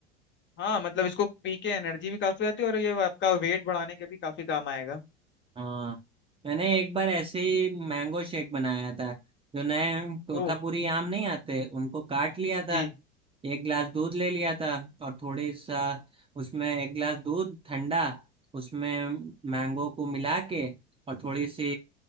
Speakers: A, on the left (about 30°); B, on the right (about 15°).
A: हाँ मतलब इसको पी के एनर्जी भी काफी आती है और ये आपका वेट बढ़ाने के भी काफी काम आएगा
B: हाँ मैंने एक बार ऐसे ही मैंगो शेक बनाया था जो नए तोतापुरी
A: ओह
B: आम नहीं आते उनको काट लिया था
A: जी
B: एक ग्लास दूध ले लिया था और थोड़ी सा उसमें एक ग्लास दूध ठंडा उसमें मैंगो को मिला के और थोड़ी सी